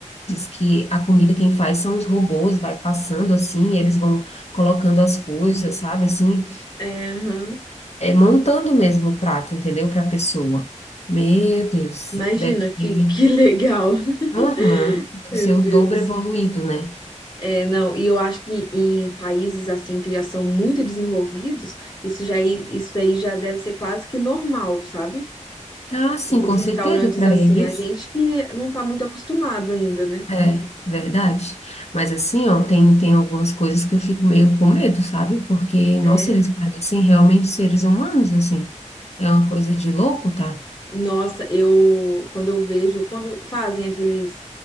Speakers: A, on the left (about 60°); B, on the left (about 35°).
A: que a comida quem faz são os robôs, vai passando assim, eles vão colocando as coisas, sabe? Assim,
B: É, aham.
A: é, montando mesmo o prato, entendeu? Para a pessoa. Meu Deus,
B: Imagina
A: deve ser.
B: que, que legal. <laughs>
A: Aham, deve
B: Meu
A: ser o
B: Deus.
A: dobro evoluído, né?
B: É, não, e eu acho que em países assim que já são muito desenvolvidos, isso já, i- isso daí já deve ser quase que normal, sabe?
A: Ah, sim,
B: Esses
A: com
B: restaurantes
A: certeza, para
B: assim,
A: eles.
B: a gente que não tá muito acostumado ainda, né?
A: É, verdade. Mas assim, ó, tem, tem algumas coisas que eu fico meio com medo, sabe? Porque, nossa,
B: É.
A: eles parecem realmente seres humanos, assim. É uma coisa de louco, tá?
B: Nossa, eu quando eu vejo, quando fazem aqueles